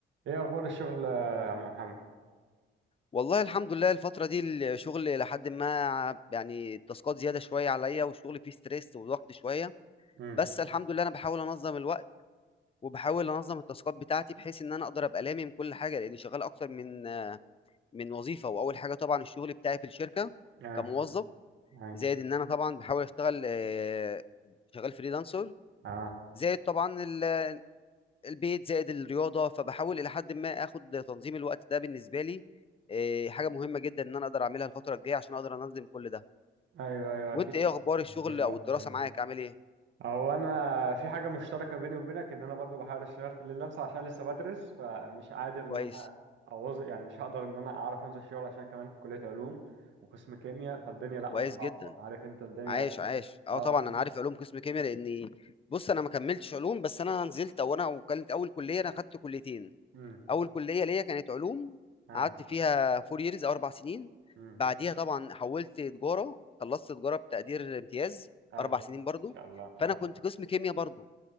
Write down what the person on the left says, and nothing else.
والله الحمد لله الفترة دي الشغل لحد ما يعني التاسكات زيادة شوية عليا والشغل فيه ستريس وضغط شوية
بس الحمد لله أنا بحاول أنظم الوقت وبحاول أنظم التاسكات بتاعتي بحيث إن أنا أقدر أبقى لامم كل حاجة لأني شغال أكتر من من وظيفة وأول حاجة طبعا الشغل بتاعي في الشركة
كموظف
زائد إن أنا طبعا بحاول أشتغل آه، شغال فريلانسر
زائد طبعا ال- البيت زائد الرياضه فبحاول الى حد ما اخد تنظيم الوقت ده بالنسبه لي إيه، حاجه مهمه جدا ان انا اقدر اعملها الفتره الجايه عشان اقدر انظم كل ده
وانت ايه اخبار الشغل
او الدراسه
معاك عامل ايه
كويس
كويس
جدا
عايش عايش اه
طبعا انا عارف علوم قسم كيمياء لاني بص انا ما كملتش علوم بس انا نزلت او انا وكانت اول كليه انا خدت كليتين
اول كليه ليا كانت علوم
قعدت فيها فور ييرز او اربع سنين
بعديها طبعا حولت تجاره خلصت تجاره بتقدير امتياز
اربع سنين برضو
فانا كنت قسم كيمياء برضو